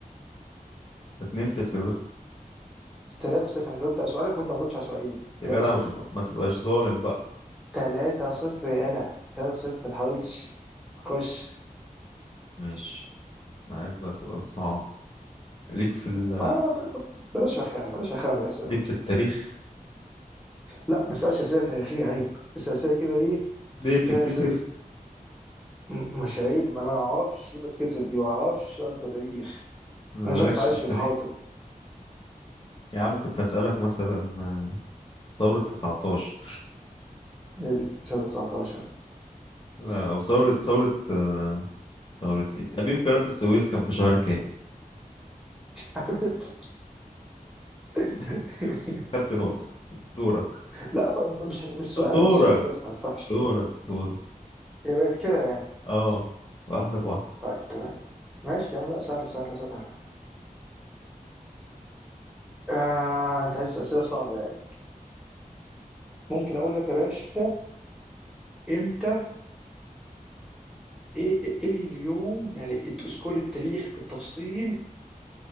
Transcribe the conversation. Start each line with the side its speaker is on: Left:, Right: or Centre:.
Left: اتنين صفر بس
Centre: 3-0 انا جاوبت على سؤالك وانت ما جاوبتش على سؤالين
Left: يا
Centre: 3-0
Left: جدع ما تبقى ما تبقاش ظالم بقى
Centre: 3-0 يا قلع 3-0 ما تحاولش خش
Left: ماشي انا عايز بقى سؤال صعب ليك في ال...
Centre: ما ما- ما- بلاش رخامه بلاش رخامه في الاسئله
Left: ليك في التاريخ
Centre: لا ما اسالش اسئله تاريخيه عيب اسال اسئله كده ايه
Left: ليه بتتكسف
Centre: فيها شويه م- مش عيب ما ما اعرفش يبقى اتكسف دي ما اعرفش اصلا تاريخ
Left: مالكش
Centre: انا شخص عايش
Left: في التاريخ
Centre: في الحاضر
Left: يا عم كنت أسألك مثلا آه، ثورة 19
Centre: هي دي سنه 19
Left: آه، أو ثورة ثورة آه، ثورة إيه؟ تأميم قناة السويس كان في شهر كام؟
Centre: عارف
Left: <laughs>
Centre: <laughs>
Left: خدت نقطة دورك
Centre: لا طب مش هت... مش السؤال
Left: دورك
Centre: ده مش السؤال ده اصلا ما ينفعش
Left: دورك دورك
Centre: هي بقت كده يعني
Left: اه واحدة بواحدة
Centre: طيب تمام ماشي يا عم لا سهله سهله سهله آه انت عايز اسئله صعبه يعني ممكن اقول لك يا باشا امتى ايه ايه إيه اليوم يعني اسكول التاريخ بالتفصيل